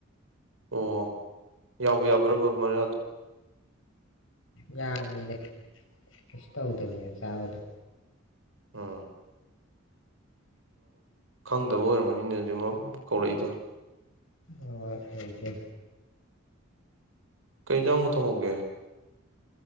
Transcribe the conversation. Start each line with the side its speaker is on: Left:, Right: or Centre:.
Right: ꯑꯣ ꯌꯥꯎꯕ ꯌꯥꯕ ꯃꯔꯌꯥꯗꯣ
Left: ꯌꯥꯕꯅꯤꯅ ꯀꯩꯁꯨ ꯇꯧꯗꯕꯅꯤꯅ ꯆꯥꯕꯗꯣ
Right: ꯑꯝ ꯈꯪꯗꯕ ꯑꯣꯏꯔꯝꯕꯅꯤꯅ ꯑꯗꯨꯗꯤ ꯑꯃ ꯀꯧꯔꯛꯏꯗꯣ
Left: ꯑ ꯍꯧꯦ
Right: ꯀꯩꯖꯥꯡꯨ ꯊꯣꯡꯉꯎꯒꯦ